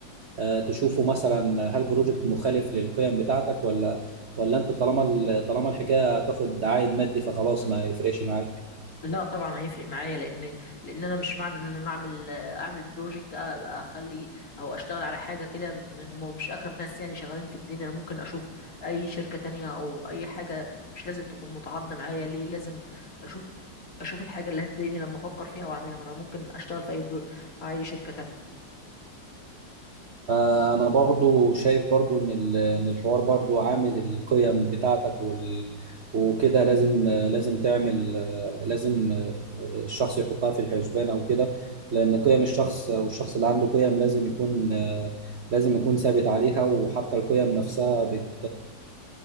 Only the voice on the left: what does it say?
لا طبعا هيفرق معايا لان لان انا مش معنى ان انا اعمل اعمل بروجكت ابقى اخلي او اشتغل على حاجه كده م- هم مش اخر ناس يعني شغالين في الدنيا انا ممكن اشوف اي شركه تانية او اي حاجه مش لازم تكون متعارضه معايا ليه لازم اشوف اشوف الحاجه اللي هتضايقني لما افكر فيها واعملها ما انا ممكن اشتغل في اي برو... مع اي شركه تانية